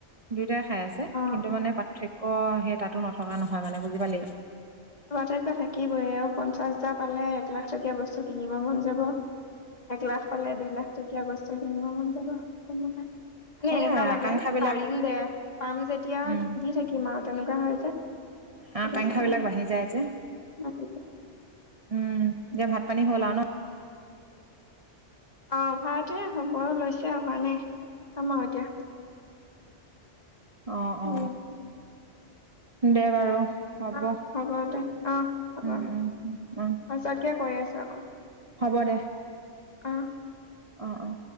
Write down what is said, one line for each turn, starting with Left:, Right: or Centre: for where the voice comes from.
Right: দুয়টাই খাই আছে
Left: অ
Right: কিন্তু মানে পাৰ্থক্য সেই তাতো নথকা নহয় মানে বুজি পালি
Left: সেইটো <unintelligible> থাকিবই আৰু পঞ্চাশ হাজাৰ পালে এক লাখ টকীয়া বস্তু কিনিব মন যাব এক লাখ পালে দুই লাখ দু টকীয়া বস্তু কিনিব মন যাব তেনেকা মানে
Right: সেয়াই
Left: এনেকুৱা লাগে
Right: আকাংক্ষা বিলাক
Left: পাৰিম দে পাম যেতিয়া
Right: উম
Left: দি থাকিম আৰু তেনেকুৱা হয় যে সেইটো
Right: আ কাংক্ষা
Left: কাৰণে
Right: বিলাক বাঢ়ি যাই যে
Left: বাঢ়ি যায়
Right: উম এতিয়া ভাত পানী হল আৰু ন
Left: অ ভাতে হব লৈছে অহা নাই চাম আৰু এতিয়া
Right: অ
Left: উম,
Right: অ দে বাৰু হ'ব
Left: অ'
Right: উম
Left: দে অ' হ'ব
Right: উম অ
Left: পাছতকে কৰি আছো আকৌ
Right: হ'ব দে
Left: অ
Right: অঁ অঁ